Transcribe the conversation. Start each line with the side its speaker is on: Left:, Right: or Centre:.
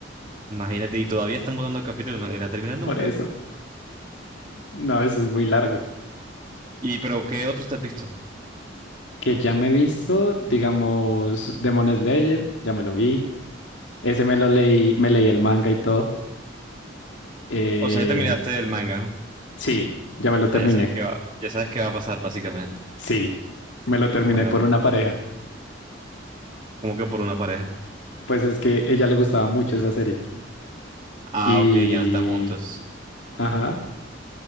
Right: Imagínate, y todavía están botando capítulos, no lo irá a terminar nunca.
Left: Por eso, no, eso es muy largo.
Right: ¿Y pero qué otros te has visto?
Left: Que ya me he visto, digamos, Demon Slayer, ya me lo vi. Ese me lo leí, me leí el manga y todo. Eh,
Right: O sea, ya te miraste el manga. O
Left: sí, ya me lo terminé.
Right: sea, ya sabes qué va, ya sabes qué va a pasar, básicamente.
Left: Sí, me lo terminé
Right: Bueno,
Left: por una pareja.
Right: como que por una pareja.
Left: Pues es que ella le gustaba mucho esa serie.
Right: Ah,
Left: Y...
Right: ok, ya no están juntos.
Left: Ajá.